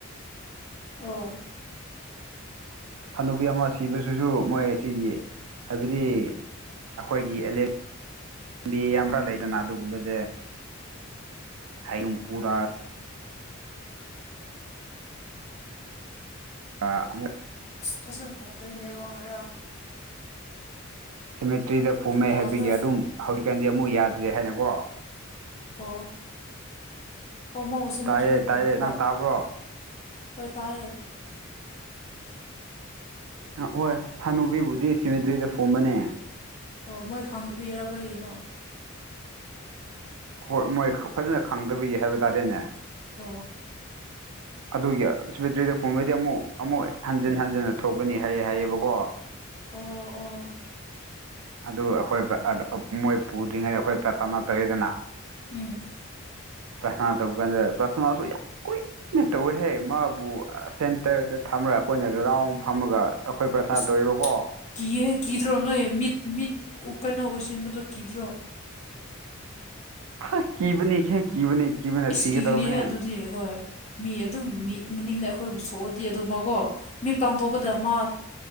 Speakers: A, on the left; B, on the right.
A: ꯑꯥ
B: ꯍꯅꯨꯕꯤ ꯑꯃ ꯁꯤꯕꯕꯁꯤꯁꯨ ꯃꯣꯏ ꯑꯁꯤꯒꯤ ꯍꯥꯏꯕꯗꯤ ꯑꯩꯈꯣꯏꯒꯤ ꯑꯦꯂꯦ ꯂꯝꯕꯤ ꯑꯃꯈꯥ ꯂꯩꯗꯅ ꯑꯗꯨꯒꯨꯝꯕꯗ ꯍꯌꯨꯝꯄꯨꯔꯨꯔꯥ ꯑꯥ ꯑꯃꯨꯛ
A: ꯑꯁ ꯐꯖꯅ ꯊꯗ꯭ꯔꯤꯅꯦ ꯉꯥꯔꯡ
B: ꯁꯤꯃꯤꯇ꯭ꯔꯤꯗ ꯐꯨꯝꯃꯦ
A: ꯇꯥꯕ꯭ꯔꯥ
B: ꯍꯥꯏꯕꯒꯤ ꯑꯗꯨꯝ ꯍꯧꯖꯤꯛꯀꯥꯟꯗꯤ ꯑꯃꯨꯛ ꯌꯥꯗ꯭ꯔꯦ ꯍꯥꯏꯀꯣ
A: ꯑꯣ ꯑꯣ ꯃꯣ ꯁꯤꯃꯤꯇ꯭ꯔꯤꯗ
B: ꯇꯥꯏꯌꯦ
A: ꯐꯨꯝꯕ꯭ꯔꯣ
B: ꯇꯥꯏꯌꯦ ꯅꯪ ꯇꯥꯕ꯭ꯔꯣ
A: ꯑꯣꯏ ꯇꯥꯌꯦ
B: ꯑꯥ ꯍꯣꯏ ꯍꯟꯅꯨꯕꯤꯕꯨꯗꯤ ꯁꯤꯃꯤꯇ꯭ꯔꯤꯗ ꯐꯣꯝꯕꯅꯦ
A: ꯑꯣ ꯃꯣꯏ ꯈꯪꯗꯕꯤꯔꯣ ꯀꯔꯤꯒꯤꯅꯣ
B: ꯍꯣꯏ ꯃꯣꯏ ꯐꯖꯅ ꯈꯪꯗꯕꯒꯤ ꯍꯥꯏꯕ ꯇꯥꯔꯦꯅꯦ
A: ꯑꯣ
B: ꯑꯗꯨꯒꯤ ꯁꯤꯃꯤꯇ꯭ꯔꯤꯗ ꯐꯣꯝꯔꯗꯤ ꯑꯃꯨꯛ ꯑꯃꯨꯛ ꯍꯟꯖꯤꯟ ꯍꯟꯖꯤꯟꯅ ꯊꯣꯛꯀꯅꯤ ꯍꯥꯏꯌꯦ ꯍꯥꯏꯌꯦꯕꯀꯣ
A: ꯑꯣ ꯑꯣ
B: ꯑꯗꯨ ꯑꯩꯈꯣꯏ ꯃꯣꯏ ꯄꯨꯗ꯭ꯔꯤꯉꯩꯗ ꯑꯩꯈꯣꯏ ꯄ꯭ꯔꯊꯥꯅ ꯇꯧꯋꯦꯗꯅ
A: ꯎꯝ
B: ꯄ꯭ꯔꯊꯥꯅ ꯇꯧꯕꯀꯥꯟꯗ ꯄ꯭ꯔꯊꯥꯅꯁꯨ ꯌꯥꯝ ꯀ꯭ꯋꯤ ꯩꯅ ꯇꯧꯋꯦꯍꯦ ꯃꯥꯕꯨ ꯁꯦꯟꯇꯔꯗ ꯊꯝꯃꯔ ꯑꯩꯈꯣꯏꯅ ꯔꯥꯎꯟ ꯐꯝꯃꯒ ꯑꯩꯈꯣꯏ ꯄ꯭ꯔꯊꯥꯅ
A: ꯑꯁ
B: ꯇꯧꯋꯦꯕꯀꯣ
A: ꯀꯤꯍꯦ ꯀꯤꯗ꯭ꯔꯣ ꯅꯣꯏ ꯃꯤꯠ ꯃꯤꯠ ꯀꯩꯅꯣ ꯑꯣꯏꯁꯤꯟꯕꯗꯣ ꯀꯤꯗ꯭ꯔꯣ
B: ꯍꯥ ꯀꯤꯕꯅꯤꯍꯦ ꯀꯤꯕꯅꯤ ꯀꯤꯕꯅ ꯁꯤꯒꯗꯧꯔꯕꯅꯦ
A: ꯏꯁꯀꯤꯒꯅꯤꯍꯦ ꯑꯗꯨꯗꯤ ꯍꯣꯏ ꯃꯤ ꯑꯗꯨꯝ ꯃꯤ ꯃꯅꯤꯡꯅ ꯑꯩꯈꯣꯏꯕꯨ ꯁꯣꯛꯑꯗꯤ ꯑꯗꯨ ꯃꯒꯣ ꯃꯤ ꯄꯥꯡꯊꯣꯛꯄꯗ ꯃꯥ